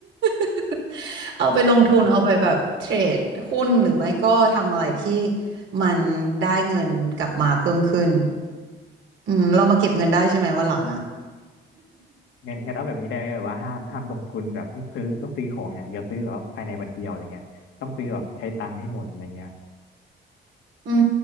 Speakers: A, on the right; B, on the left.
A: <laughs> เอาไปลงทุนเอาไปแบบเทรดหุ้นหรือไม่ก็ทำอะไรที่
B: ผม
A: มันได้เงินกลับมาเพิ่มขึ้นอืมเรามาเก็บเงินได้ใช่ไหมวันหลังอ่ะ
B: งั้นงั้นเอาแบบนี้ได้ไหมแบบว่าห้ามห้ามลงทุนแบบต้องซื้อต้องซื้อของอย่างเดียวซื้อแบบว่าภายในวันเดียวอะไรเงี้ยต้องซื้อแบบใช้ตังค์ให้หมดอะไรเงี้ย
A: <laughs> อื